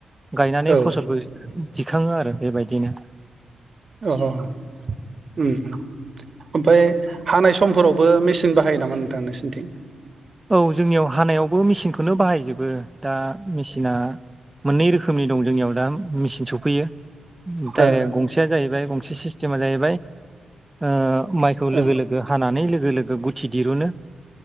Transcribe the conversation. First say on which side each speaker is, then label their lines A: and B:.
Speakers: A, on the right; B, on the right.
A: गायनानै
B: औ
A: फसलबो दिखांङो आरो बेबायदिनो
B: अ उम ओमफ्राय हानाय सम समफोरावबो मेसिन बाहायो नामा नोंथां नोंसोरनिथिं
A: औ जोंनियाव हानायावबो मेसिनखौनो बाहायजोबो दा मेसिना मोननै रोखोमनि दं जोंनियाव दा मेसिन सफैयो डाइरेक्ट
B: ओ
A: गंसेया जाहैबाय गंसे सिस्टेमा जाहैबाय ओ माइखौ लोगो
B: ओ
A: लोगो हानानै लोगो लोगो गुथि दिरुनो